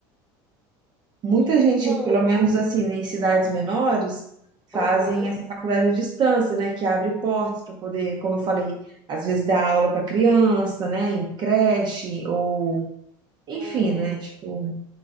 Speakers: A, on the right (about 40°); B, in the centre.
A: Muita
B: Então,
A: gente, pelo menos assim, né, em cidades menores, fazem
B: aham,
A: essa faculdade à distância, né? Que abre portas para poder, como eu falei, às vezes dar aula para criança, né? Em creche, ou enfim,
B: é,
A: né? Tipo.